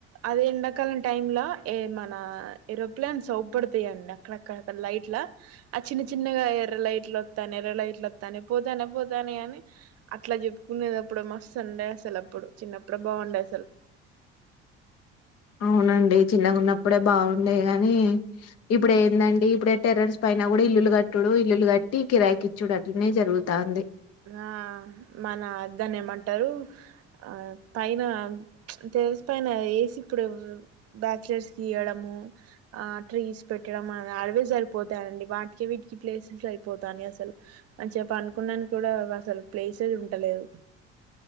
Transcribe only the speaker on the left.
అవునండి చిన్న గున్నప్పుడే బాగుండే గానీ ఇప్పుడు ఏందండి ఇప్పుడే టెర్రర్స్ పైన గూడా ఇల్లు గట్టుడు ఇల్లు కట్టి కిరాయికి ఇచ్చుడు అట్నే జరుగుతాంది